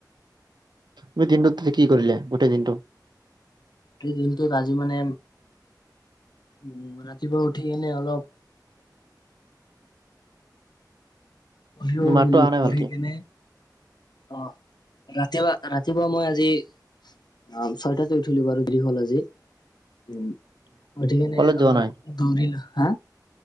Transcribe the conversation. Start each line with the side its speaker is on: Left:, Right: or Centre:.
Right: তুমি দিনটোত কি কৰিলে গোটেই দিনটো?
Left: সেই দিনটোত আজি মানে উম ৰাতিপুৱা উঠি কেনে অলপ পঢ়িলো
Right: মাতটো অহা নাই
Left: পঢ়ি
Right: ভালকে
Left: কিনে অঁ! ৰাতিপুৱা-ৰাতিপুৱা মই আজি অ ছয়টাতে উঠিলো বাৰু। দেৰি হল আজি। উম উঠি কেনে
Right: কলেজ যোৱা
Left: অলপ
Right: নাই
Left: দৌৰিলো। হা!